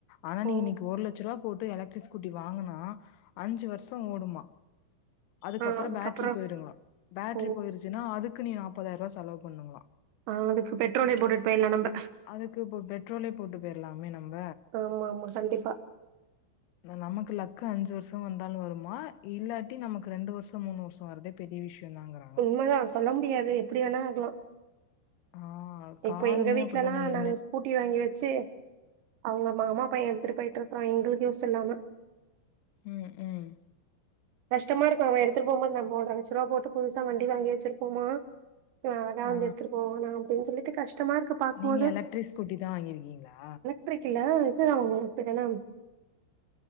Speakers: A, on the left; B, on the right.
A: ஆனா
B: ஓ
A: நீ இன்னிக்கு ஒரு லட்ச ரூபா போட்டு எலக்ட்ரிக் ஸ்கூட்டி வாங்கனா அஞ்சு வருஷோ ஓடுமா அதுக்கப்றோ
B: ஆ அதுக்கப்புறம்
A: பேட்டரி போயிருங்களா பேட்டரி
B: ஓ
A: போயிருச்சுனா அதுக்கு நீ நாப்பதாயிரோ ரூபா செலவு பண்ணணுங்களா
B: ஆ அதுக்கு பெட்ரோலே போட்டுட்டு போயிறலா நம்ம
A: அதுக்கு இப்ப பெட்ரோலே போட்டு போயிடலாமே நம்ம
B: ஆமா ஆமா கண்டிப்பா
A: நமக்கு லக்கு அஞ்சு வருஷோ வந்தாலு வருமா இல்லாட்டி நமக்கு ரெண்டு வருஷோ மூணு வருஷோ வரதே பெரிய விஷயோ தாங்கிறா
B: உண்மதா சொல்ல முடியாது எப்டி வேணா ஆகலா
A: ஆ காருமே
B: இப்போ எங்க வீட்ல
A: அப்டிதா
B: லா
A: நீங்க
B: நாங்க
A: என்ன
B: ஸ் கூட்டி வாங்கி வச்சு அவுங்க மாமா பைய எடுத்துட்டு போயிட்டு இருக்கறா எங்களுக்கு யூஸ் இல்லாம
A: ம் ம்
B: கஷ்டமா இருக்கு அவ எடுத்துட்டு போகபோது நம்ம ஒன்ர லச்ச ரூவா போட்டு புதுசா வண்டி வாங்கி வச்சிருப்போமா இவ அதா
A: ஆ
B: வந்து எடுத்துட்டு போவானா அப்டின்னு சொல்லிட்டு கஷ்டமா இருக்கு பாக்கும்போது
A: நீங்க எலக்ட்ரிக் ஸ்கூட்டி தா வாங்கிருக்கீங்களா
B: ட்ரிக் இல்ல இது தா வாங்னோ பேர் என்ன